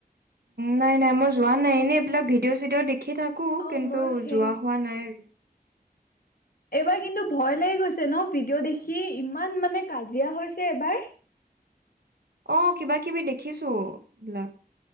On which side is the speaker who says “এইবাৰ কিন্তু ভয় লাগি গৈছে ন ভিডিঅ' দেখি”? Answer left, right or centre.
Left